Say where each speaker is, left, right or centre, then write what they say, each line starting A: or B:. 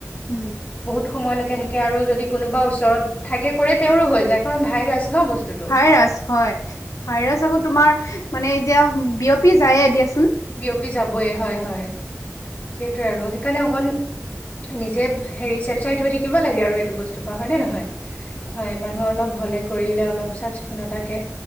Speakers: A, on the left; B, on the left.
A: উম
B: বহুত সময়লৈকে থাকে। কে আৰু যদি কোনোবা ওচৰত থাকে কৰে তেওঁৰো হৈ যায় কাৰণ ভাইৰাছ ন বস্তুটো।
A: ভাইৰাছ, হয়, ভাইৰাছ আকৌ তোমাৰ মানে এতিয়া বিয়পি যায়ে দিয়াচো
B: বিয়পি যাবয়ে, হয় হয়। সেইটোৱে আৰু। সেইকাৰণে অকন নিজে হেৰি চেফচাইট হৈ থাকিব লাগে আৰু এইটো বস্তু ৰ পা, হয় নে নহয়? হয়, মানুহ অলপ হলে কৰিলে অলপ চাফ চি কুণতাকে